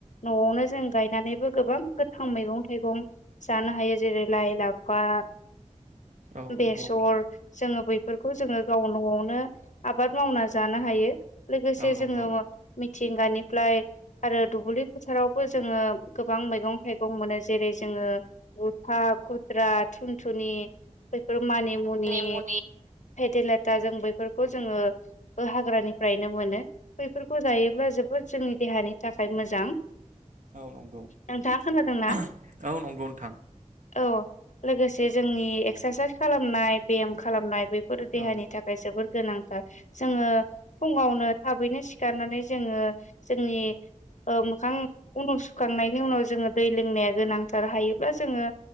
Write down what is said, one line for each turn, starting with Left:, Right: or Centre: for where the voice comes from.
Left: न'आवनो जों गायनानैबो गोबां गोथां मैगं थाइगं जानो हायो जेरै लाइ लाफा
Right: औ नंगौ
Left: बेसर जोङो बैफोरखौ जोङो गाव न'आवनो आबाद मावना जानो हायो लोगोसे
Right: औ नंगौ
Left: जोङो मि मिथिंगानिफ्लाय आरो दुबुलि फोथारावबो जोङो गोबां मैगं थाइगं मोनो जेरै जोङ <unintelligible> खुद्रा थुनथुनि बेफोर मानि मुनि
Right: नेमुनि
Left: फेदेलेथा जों बेफोरखौ जोङो बो हाग्रानिफ्रायनो मोनो बैफोरखौ जायोब्ला जोबोद जोंनि देहानि थाखाय मोजां।
Right: औ नंगौ
Left: नोंथाङा खोनादोंना
Right: <unintelligible> औ नंगौ नोंथां
Left: औ लोगोसे जोंनि एक्सारसाइस खालामनाय बेयाम खालामनाय बेफोर देहानि
Right: औ
Left: थाखाय जोबोर गोनांथार‌। जोङो फुङावनो थाबैनो सिखारनानै जोङो जोंनि ओ मोखां उनु सुखांनायनि उनाव जोङो दै लोंनाया गोनांथार हायोबा जोङो